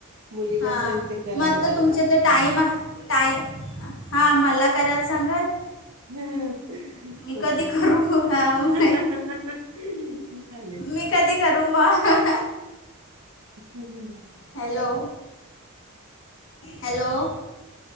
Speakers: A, on the right; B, on the left.
A: मुलीला
B: हा
A: सांगते करायला
B: मग आता तुमचे आता तुमच तर टाईम टाई हा मला करायला सांगाल
A: ह
B: मी
A: हो
B: कधी करू हां मी
A: ह-ह-ह-ह चालेल
B: मी कधी करू म ह-ह-ह
A: हम् हम
B: हॅलो हॅलो